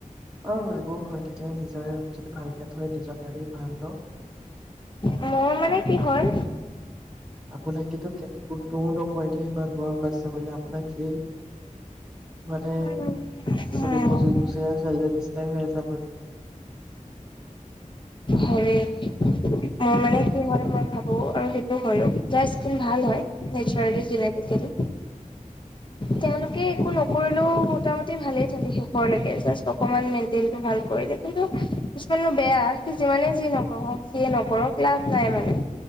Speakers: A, in the centre; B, on the left.
A: আৰু এইবোৰ হৈ থাকিলে নিজৰে যদি ভালকে থয় নিজৰ কাৰণে ভাল ন।
B: মোৰ মানে কি হ'ল।
A: আপোনাক কিন্তু কোনেও নকয় দেই ইমান বয়স হৈছে বুলি, আপোনাক এ মানে
B: উম,
A: ছব্বিশ পঁচিশ বছৰীয়া ছোৱালী জনীৰ নিচিনা হৈ আছে আপুনি।
B: হেৰী মই মানে কি হয় মই ভাবো আৰু সেইটো হয়ো। যাৰ স্কিন ভাল হয় নেচাৰেলি জেনেটিকেলি তেওঁলোকে একো নকৰিলেও মোটামুটি ভালেই থাকে শেষৰলৈকে জাষ্ট অকণমান মেইনটেইনটো ভাল কৰিলে কিন্তু কিছমানৰ বেয়া যিমানে যি নকৰক যিয়ে নকৰক লাভ নাই মানে।